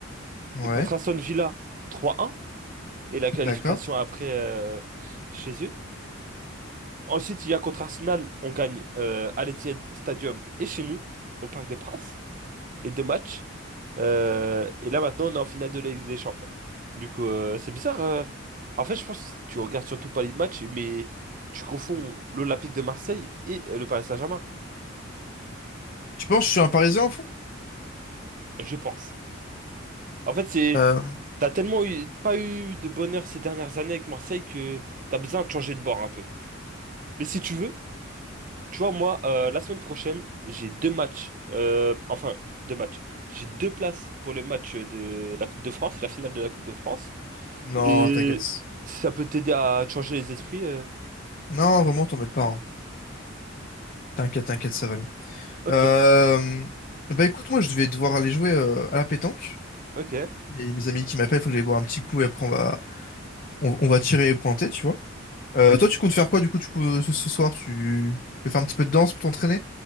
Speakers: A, on the left (about 45°); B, on the right (about 40°).
A: Ouais,
B: Et contre Aston Villa, 3-1. Et la qualification
A: d'accord.
B: après euh, chez eux. Ensuite, il y a contre Arsenal, on gagne euh, à l'Etihad Stadium et chez nous, au Parc des Princes, les deux matchs. Euh, et là, maintenant, on est en finale de la Ligue des Champions. Du coup, euh, c'est bizarre. euh. En fait, je pense que tu regardes surtout pas les matchs, mais tu confonds l'Olympique de Marseille et euh, le Paris Saint-Germain,
A: Tu penses que je suis un Parisien au fond?
B: je pense. En fait, c'est
A: Euh,
B: t'as tellement eu- pas eu de bonheur ces dernières années avec Marseille que t'as besoin de changer de bord un peu. Mais si tu veux, Tu vois, moi, euh, la semaine prochaine, j'ai deux matchs. Euh, enfin, deux matchs. J'ai deux places pour le match de la Coupe de France, la finale de la Coupe de France.
A: non,
B: Et
A: t'inquiète.
B: si ça peut t'aider à te changer les esprits. euh,
A: Non, vraiment, t'en mets pas. hein. T'inquiète, t'inquiète, ça va aller.
B: Ok,
A: Euh, bah écoute, moi, je devais devoir aller jouer euh, à la pétanque.
B: ok.
A: Et mes amis qui m'appellent, il faut que j'aille boire un petit coup et après on va, on, on va tirer et pointer, tu vois. Euh, toi, tu comptes faire quoi du coup, tu, ce, ce soir? Tu tu veux faire un petit peu de danse pour t'entraîner?